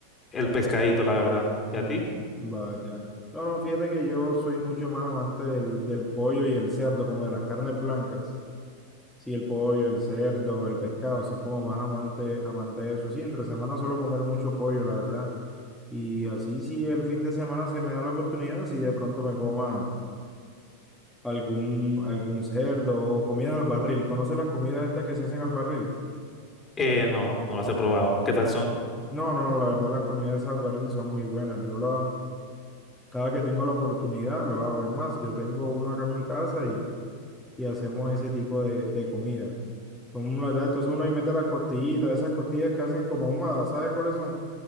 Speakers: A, on the left; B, in the centre.
A: el pescadito, la verdad.
B: Mm,
A: ¿Y a ti?
B: Vaya. No, no, fíjate que yo soy mucho más amante del, del pollo y el cerdo, como de las carnes blancas. Sí, el pollo, el cerdo, el pescado, soy como más amante, amante de eso. Sí, entre semana suelo comer mucho pollo, la verdad. Y así si el fin de semana se me da la oportunidad, si de pronto me coma algún, algún cerdo o comidas al barril. ¿Conoces las comidas estas que se hacen al barril?
A: Eh, no, no las he probado. ¿Qué tal son?
B: No, no, la verdad las comidas al barril son muy buenas. Yo la, cada que tengo la oportunidad lo hago. Es más, yo tengo uno acá en mi casa y, y hacemos ese tipo de, de comidas. Son, la verdad, entonces uno ahí mete las costillitas, esas costillas que hacen como ahumadas, ¿sabes cuáles son?